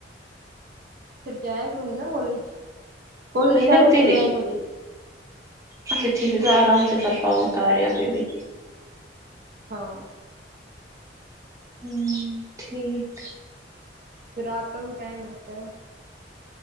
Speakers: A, on the right; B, on the right.
A: پھر جایا کروں گی نا کالج کالج
B: وہی
A: سے
B: نا
A: آ جاتے
B: پھر
A: میں ایک بجے
B: اچھا ٹھیک ہے تو آرام سے کر پاؤ گی کار یہ اپ بھی
A: ہاں
B: ہوں ٹھیک
A: پھر رات کا بھی ٹائم ہوتا ہے